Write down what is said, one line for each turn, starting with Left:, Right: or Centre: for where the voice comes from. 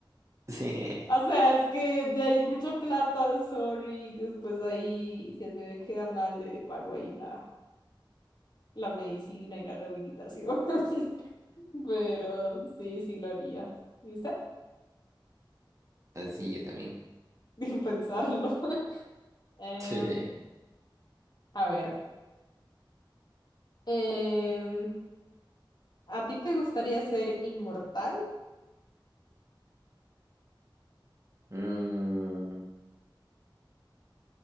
Right: <laughs>
Left: O sea, es que de ahí es mucha plata, sorry. Después ahí, si el bebé queda mal, le pago ahí la, la medicina y la rehabilitación. <laughs> Pero sí, sí lo haría. ¿Y usted?
Right: Ah, Sí, yo también.
Left: <laughs> Sin pensarlo. <laughs> Em,
Right: <laughs>
Left: a ver. em, ¿a ti te gustaría ser inmortal?
Right: Mm,